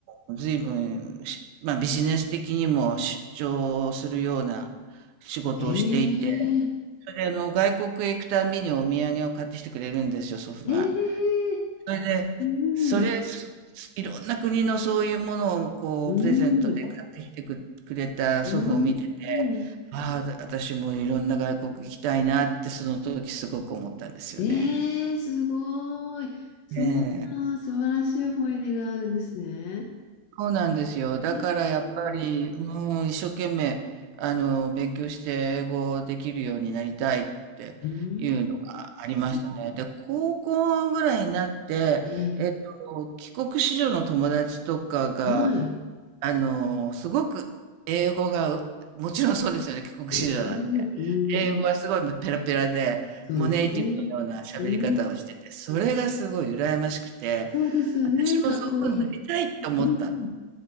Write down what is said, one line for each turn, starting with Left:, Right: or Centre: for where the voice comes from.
Right: 随分まあ、ビジネス的にも出張するような仕事をしていて、
Left: え
Right: それであの、外国へ行くたびにお土産を買ってきてくれるんですよ、祖父が。
Left: えええ
Right: それで、
Left: うん。
Right: それ、そいろんな国のそういうものをこうプレゼントで買ってきてくくれた祖父を見てて、
Left: うん。うん。うん。
Right: ああ、私もいろんな外国行きたいなってその時すごく思ったんですよね。
Left: ええすごい。そんな素晴らしい思い出があるんですね。
Right: ねえ、そうなんですよ。だからやっぱり、
Left: ええ
Right: うん、一生懸命、あの、勉強して英語できるようになりたいっていうのがありましたね。
Left: うーん。
Right: で、高校ぐらいになって、
Left: ええ
Right: えっと、帰国子女の友達とかが、
Left: はい。
Right: あの、すごく英語がう、もちろんそうですよね、帰国子女なんで。
Left: うーん、うん、
Right: 英語はすごいもうペラペラで、
Left: うんそうですね。
Right: もうネイティブのような喋り方をしてて、
Left: うん、
Right: それがすごい羨ましくて、
Left: そうですよね。
Right: 私もそういうふうになりたいって思ったの。
Left: かっこいい。うん、